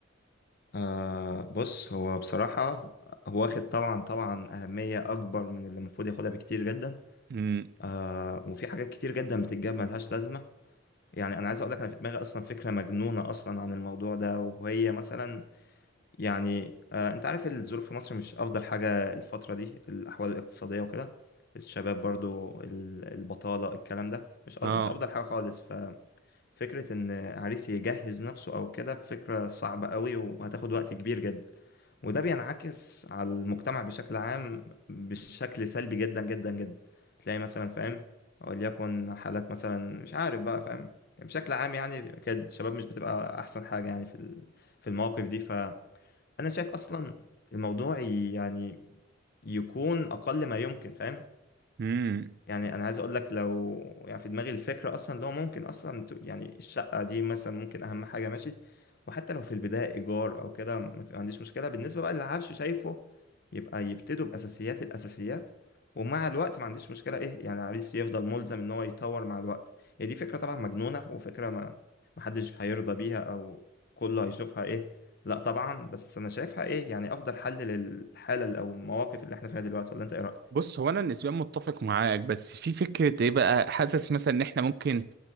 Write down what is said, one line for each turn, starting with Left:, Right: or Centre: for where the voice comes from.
Left: آه بص هو بصراحة هو واخد طبعا طبعا أهمية أكبر من اللي المفروض ياخدها بكتير جدا
Right: امم
Left: آه وفي حاجات كتير جدا بتتجاب ملهاش لازمة يعني أنا عايز أقول لك أنا في دماغي أصلا فكرة مجنونة أصلا عن الموضوع ده وهي مثلا يعني آه أنت عارف الظروف في مصر مش أفضل حاجة الفترة دي الأحوال الاقتصادية وكده الشباب برضو ال- البطالة الكلام ده مش أ-
Right: اه
Left: مش أفضل حاجة خالص فكرة إن عريس يجهز نفسه أو كده فكرة صعبة قوي وهتاخد وقت كبير جدا وده بينعكس على المجتمع بشكل عام بشكل سلبي جدا جدا جدا تلاقي مثلا فاهم وليكن حالات مثلا مش عارف بقى فاهم بشكل عام يعني كده الشباب مش بتبقى أحسن حاجة يعني في ال- في المواقف دي فأنا شايف أصلا الموضوع يعني يكون أقل ما يمكن فاهم
Right: امم
Left: يعني انا عايز اقول لك لو يعني في دماغي الفكره اصلا اللي هو ممكن اصلا ت- يعني الشقه دي مثلا ممكن اهم حاجه ماشي وحتى لو في البدايه ايجار او كده ما في- ما عنديش مشكله بالنسبه بقى للعفش شايفه يبقى يبتدوا باساسيات الاساسيات ومع الوقت ما عنديش مشكله ايه يعني العريس يفضل ملزم ان هو يطور مع الوقت هي دي فكره طبعا مجنونه وفكره ما ما حدش هيرضى بيها او كله هيشوفها ايه لا طبعا بس انا شايفها ايه يعني افضل حل للحاله او المواقف اللي احنا فيها دلوقتي ولا انت ايه رايك
Right: بص هو انا نسبيا متفق معاك بس في فكره ايه بقى حاسس مثلا ان احنا ممكن